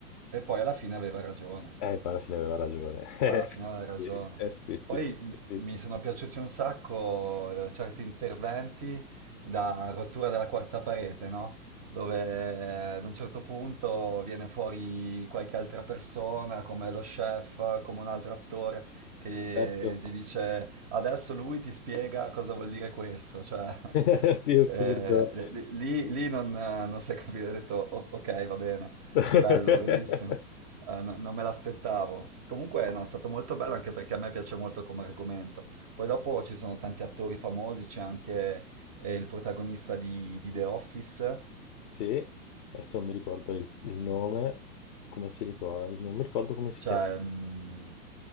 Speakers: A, on the right; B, on the left.
A: e poi alla fine aveva ragione.
B: Eh, poi alla fine aveva ragione. <laughs>
A: Poi alla fine
B: Eh
A: aveva ragione.
B: Sì, Eh sì, sì,
A: Poi
B: sì,
A: m-
B: sì,
A: mi sono piaciuti un sacco eh, certi interventi da rottura della quarta parete, no? Dove eh, ad un certo punto viene fuori qualche altra persona, come lo chef, come un altro attore, che
B: certo.
A: gli dice adesso lui ti spiega cosa vuol dire questo, cioè
B: <laughs>
A: <laughs>
B: Sì, è assurda.
A: eh, li- lì, lì non, eh, non si è capito, ho detto "O- ok, va bene,
B: <laughs>
A: bello, bellissimo. Eh, no- non me l'aspettavo. Comunque, no, è stato molto bello anche perché a me piace molto come argomento. Poi dopo ci sono tanti attori famosi, c'è anche eh, il protagonista di, di The Office,
B: Sì, adesso non mi ricordo il, il nome, come si ricorda, non mi ricordo come si
A: Cioè,
B: chiama.
A: mh,